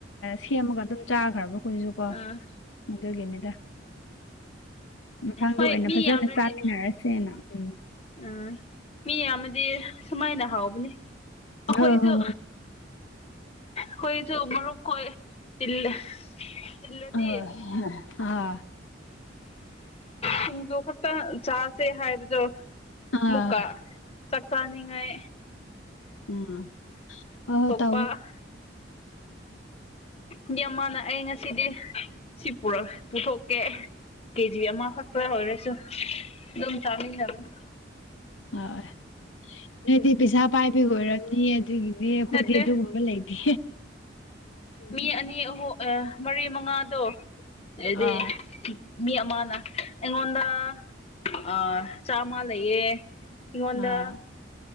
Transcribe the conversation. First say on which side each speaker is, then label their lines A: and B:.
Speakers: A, on the left; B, on the left.
A: ꯁꯦꯝꯃꯒ ꯑꯗꯨꯝ ꯆꯥꯈ꯭ꯔꯕ ꯑꯩꯈꯣꯏꯁꯨ ꯑ
B: ꯎꯝ
A: ꯃꯗꯨꯒꯗ ꯃꯊꯪꯗ
B: ꯍꯣꯏ
A: ꯑꯣꯏꯅ
B: ꯃꯤ
A: ꯐꯖꯅ
B: ꯌꯥꯝꯔꯗꯤ
A: ꯆꯥꯃꯤꯟꯅꯔꯁꯦꯅ ꯎꯝ
B: ꯎꯝ ꯃꯤ ꯑꯃꯗꯤ ꯁꯨꯃꯥꯏꯅ ꯍꯥꯎꯕꯅꯤ ꯑꯩꯈꯣꯏꯁꯨ
A: ꯑꯣ ꯍ ꯍ
B: ꯍꯈꯣꯏꯁꯨ ꯃꯔꯨꯞꯈꯣꯏ ꯇꯤꯜꯂꯗꯤ
A: ꯑ ꯑꯥ
B: ꯁꯤꯡꯖꯨ ꯈꯛꯇ ꯆꯥꯁꯦ ꯍꯥꯏꯕꯗꯣ
A: ꯑꯥ
B: ꯃꯨꯀꯥ ꯆꯛꯁꯥꯅꯤꯉꯥꯏ
A: ꯎꯝ ꯑꯣ ꯍ ꯇ
B: ꯄ ꯑ ꯃꯤꯑꯃꯅ ꯑꯩ ꯉꯁꯤꯗꯤ ꯁꯤ ꯄꯨꯊꯣꯛꯀꯦ ꯀꯦꯖꯤ ꯑꯃꯈꯛꯛꯇ ꯑꯣꯏꯔꯁꯨ ꯑꯗꯨꯝ ꯆꯥꯃꯤꯟꯅꯕꯅ
A: ꯍꯣꯏ ꯅꯣꯏꯗꯤ ꯄꯩꯁꯥ ꯄꯥꯏꯕꯤꯈ ꯑꯣꯏꯔꯅꯤ ꯑꯗꯨꯒꯤꯅꯦ ꯑꯩꯈꯣꯏꯗꯤ
B: ꯅꯠꯇꯦ
A: ꯑꯗꯨꯒꯨꯝꯕ ꯂꯩꯇꯦ ꯎꯝ
B: ꯃꯤ ꯑꯅꯤ ꯑꯍꯨꯝ ꯃꯔꯤ ꯃꯉꯥꯗꯣ ꯍꯥꯏꯗꯤ
A: ꯑꯥ
B: ꯃꯤ ꯑꯃꯅ ꯑꯩꯉꯣꯟꯗ ꯑ ꯆꯥꯃ ꯂꯩꯌꯦ ꯏꯉꯣꯟꯗ
A: ꯑꯥ